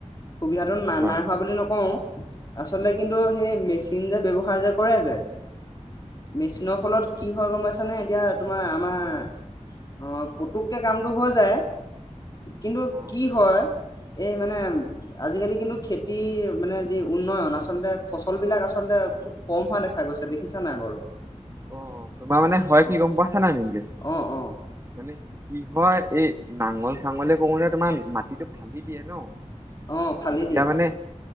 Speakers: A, on the left; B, on the right.
A: সুবিধাতটো নাই,
B: হয়
A: নাই হোৱা বুলি নকওঁ। আচলতে কিন্তু সেই মেচিন। চিন যে ব্যৱহাৰ যে কৰে যে। মেচিনৰ ফলত। কি হয় গম পাইছানে এতিয়া তোমাৰ আমাৰ। অ পতুককৈ কামটো হৈ যায়। কিন্তু
B: অ
A: কি হয় এই মানে আজিকালি কিন্তু খেতিৰ মানে যি উন্নয়ন আচলতে ফচল বিলাক আচলতে খুব কম হোৱা দেখা গৈছে দেখিছা নাই বাৰু।
B: অ তোমাৰ মানে হয়
A: অ
B: কি গম পাইছা নাই নিজে।
A: অ অ
B: মানে কি হয় এই নাঙল চাঙলে কৰোতে তোমাৰ মাটিটো ফালি দিয়ে ন।
A: অ ফালি
B: তেতিয়া
A: দিয়ে?
B: মানে